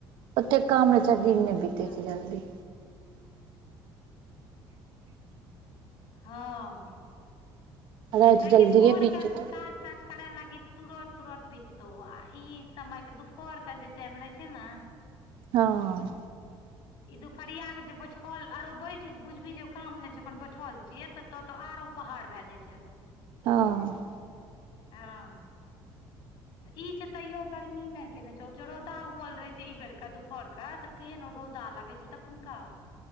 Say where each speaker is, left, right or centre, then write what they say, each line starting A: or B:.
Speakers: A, on the right; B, on the left.
A: ओते काम रहै छै आ दिन नै बीते
B: हँ
A: छै जल्दी।
B: हँ
A: राति
B: नेकी
A: जल्दिए
B: भोर
A: बीत
B: क
A: जेतै
B: काज काज करय लागी तुरत तुरत बिततौ आ ई समय के दुपहर के जे टाइम रहै छै ने
A: हँ।
B: ई दुपहरिया के जे बैठल आरो बैठ बुझबी जे काम नहि छै बैठल छियै त तो आरो पहाड़ भए जाय छै।
A: हँ।
B: हँ। तऽ ई छै तैयो गर्मी नहि केने छो जे रौदा उगल रहैत छै ई बेरके दुपहरके तऽ तेहन रौदा लागै छै तखून का।